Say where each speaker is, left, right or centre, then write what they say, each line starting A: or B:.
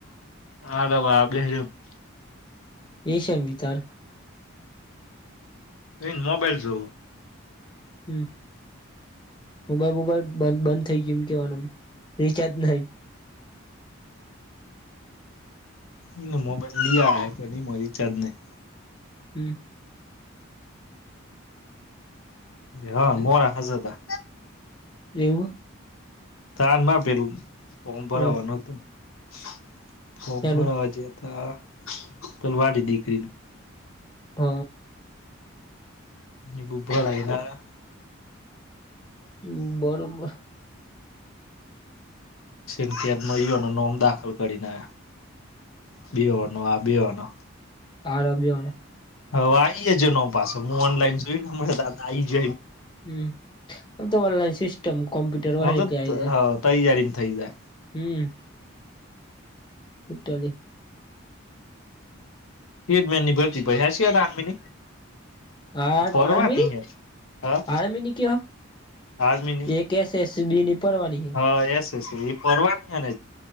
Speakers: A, on the left (about 80°); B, on the left (about 20°).
A: હા બાબ આપજમ <unintelligible>
B: એ છેમ વિતાર.
A: એન મોબાઈલ જોવ.
B: હમ, મોબાઈલ બોઈલ બ બંધ થઇ ગયુ એમ કેવાનું, રિચાર્જ નઈ.
A: એ મોબાઈલી પણરી <unintelligible> રિચાર્જ નહીં.
B: હમ.
A: હા મોરાખ જ હતા.
B: એેવું.
A: તાનમાં પેલું. ફ્રોમ ભરવાનું
B: હ
A: હતું. <inaudible> ફ્રોમ
B: એનું
A: ભરવા જ્યાં હા પલવાડી નીકરીનું.
B: હ.
A: એ બુબરય ના.
B: હમ બરોબર.
A: ન કે નયો ન નોમ દાખલ કરીને. બે વાર નો બયોનો.
B: હારબ્યોને.
A: હવે આ આવી જજ ન પાસે હું ઓનલાઈન જોઈને મળ ત આ આવી જ.
B: હમ. અંત ઓનલાઈન સિસ્ટમ કોમ્પ્યુટર હોય
A: હ તો
B: ને
A: હ
B: એટલે આઈ
A: ત જ
B: જાય
A: થઈ જાય.
B: હમ. પુટલી <unintelligible>
A: હેરમેની ભરતી પ હ છેયાર આર્મીની.
B: આ
A: પરવાની
B: આર્મીની
A: હે હા
B: આર્મીની ક્યાં?
A: આર્મીની
B: એક એસ એસ બીની પરવાની હૈ.
A: હા એસ એ ફવાની ને.